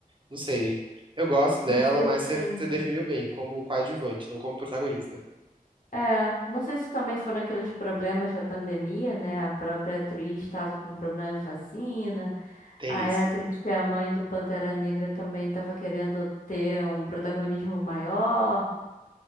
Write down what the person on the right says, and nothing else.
não sei. Eu gosto dela,
mas
você
você definiu bem, como coadjuvante, não como protagonista.
Tem
isso.